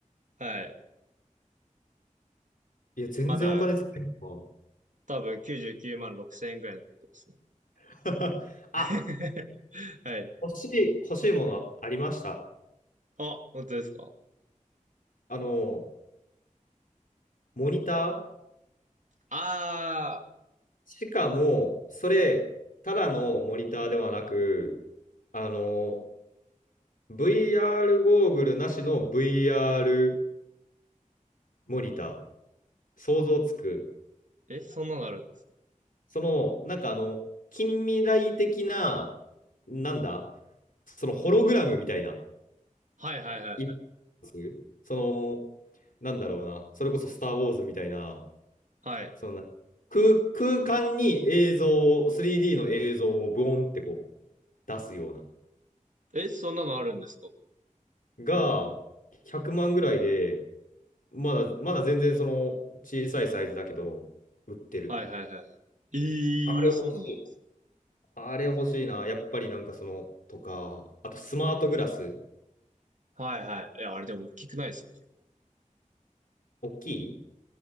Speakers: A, on the right; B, on the left.
A: はい。
B: いや、全然お金使えんの。
A: まだ、多分99万6000円ぐらい残ってますね。
B: <laughs> あ、
A: <laughs> はい。
B: 欲しい、欲しいものありました。
A: あ、本当ですか
B: あの、モニター
A: あ
B: しかも、それ、ただのモニターではなく、あの、VR ゴーグルなしの VR モニター。想像つく。
A: あー、え、そんなのあるんですか
B: その、なんかあの、近未来的な、なんだそのホログラムみたいな、
A: はいはいはいはい。
B: イメージその、なんだろうな、それこそスター・ウォーズみたいな、
A: はい。
B: そのな空、空間に映像を、3D の映像をブオンってこう出すような、
A: え、そんなのあるんですかもう。
B: が、100万ぐらいで、まだ、まだ全然その小さいサイズだけど、売ってる。
A: はいはいはいはい。え
B: あれ欲しい。
A: ー、そうなんですね。
B: あれ欲しいな。やっぱりなんかその、とか、あとスマートグラス、
A: はいはい。え、あれでも大きくないですか結構。
B: 大きい